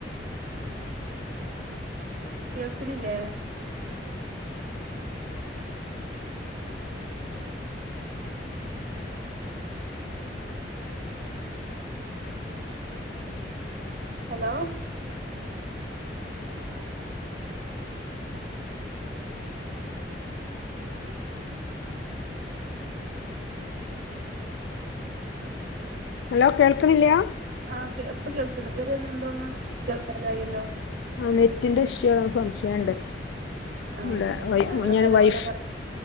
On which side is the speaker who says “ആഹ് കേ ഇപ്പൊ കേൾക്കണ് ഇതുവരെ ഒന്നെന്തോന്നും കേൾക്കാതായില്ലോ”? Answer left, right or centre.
Right